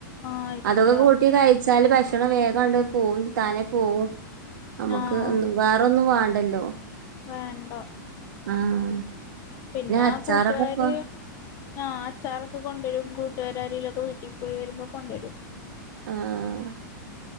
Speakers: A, on the left; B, on the right.
A: ആഹ്
B: അതൊക്കെ
A: ഇല്ല
B: കൂട്ടി കയ് വച്ചാല് ഭക്ഷണം വേഗണ്ട് പോവും താനെ പോവും നമുക്ക്
A: ആഹ്
B: ഒ വേറ ഒന്നും വേണ്ട ണ്ടല്ലോ
A: വേണ്ട
B: ആഹ്
A: പിന്നെ ആഹ്
B: അച്ചാറൊക്കെ
A: കൂട്ടുകാര്
B: ഇപ്പോ
A: ആ അച്ചാറൊക്കെ കൊണ്ടുവരും കൂട്ടുകാരാരിലൊക്കെ വീട്ടില് പോയി വരുമ്പോൾ കൊണ്ടുവരും
B: ആഹ്